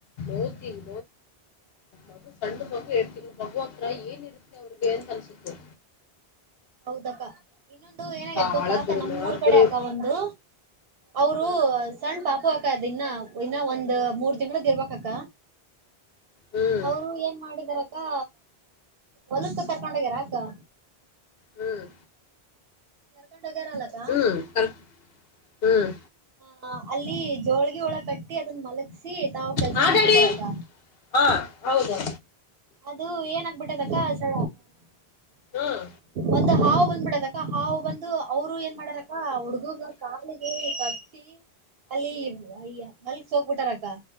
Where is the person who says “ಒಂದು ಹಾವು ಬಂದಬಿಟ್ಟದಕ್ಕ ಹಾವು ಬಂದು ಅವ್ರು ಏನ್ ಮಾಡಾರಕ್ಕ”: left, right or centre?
Right